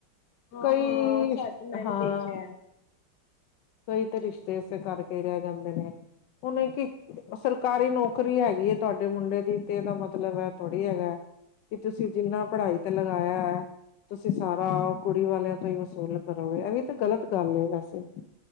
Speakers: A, on the left; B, on the left.
A: ਹਾਂ
B: ਕਈ,
A: ਹਾਂ ਸਾਡੇ ਮੈਂ
B: ਹਾਂ
A: ਵੀ ਦੇਖਿਆ
B: ਕਈ ਤੇ ਰਿਸ਼ਤੇ ਇਸੇ ਕਰਕੇ ਰਹਿ ਜਾਂਦੇ ਨੇ, ਹੁਨ ਏ ਕੀ ਸਰ ਸਰਕਾਰੀ ਨੌਕਰੀ ਹੈਗੀ ਏ ਤੁਹਾਡੇ ਮੁੰਡੇ ਦੀ ਤੇ ਇਹਦਾ ਮਤਲਬ ਐ ਥੋੜ੍ਹੀ ਹੈਗਾ ਕੀ ਤੁਸੀਂ ਜਿੰਨਾ ਪੜ੍ਹਾਈ ਤੇ ਲਗਾਇਆਂ ਤੁਸੀਂ ਸਾਰਾ ਕੁੜੀ ਵਾਲਿਆਂ ਤੋਂ ਈ ਵਸੂਲ ਕਰੋਗੇ। ਇਹ ਵੀ ਤੇ ਗ਼ਲਤ ਗੱਲ ਏ ਵੈਸੇ।